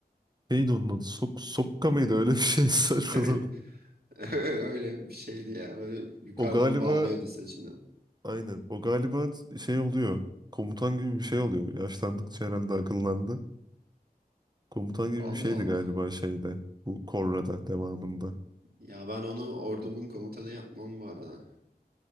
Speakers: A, on the right; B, on the right.
A: Neydi onun adı? Sok Sokka mıydı? Öyle bir şey <laughs> saçmalı.
B: <laughs> Öyle bir şeydi ya. Böyle yukarıdan
A: O galiba
B: bağlıyordu saçını.
A: Aynen. O galiba şey oluyor. Komutan gibi bir şey oluyor. Yaşlandıkça herhalde akıllandı. Komutan gibi
B: Allah
A: bir şeydi
B: Allah.
A: galiba şeyde. Bu Korra'da devamında.
B: Ya ben onu ordumun komutanı yapmam bu arada.